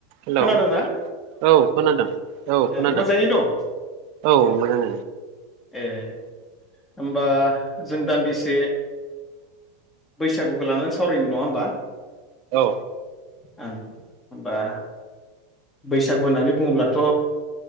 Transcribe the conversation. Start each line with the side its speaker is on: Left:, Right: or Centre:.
Right: हेल'
Left: खोनादोंना
Right: औ खोनादों औ
Left: ए
Right: खोनादों
Left: मोजाङैनो दं
Right: औ मोजां
Left: ए होमबा जों दान्दिसे बैसागुखौ लानानै सावरायनाय नङा होनबा
Right: औ
Left: आं होनबा बैसागु होननानै बुङोब्लाथ'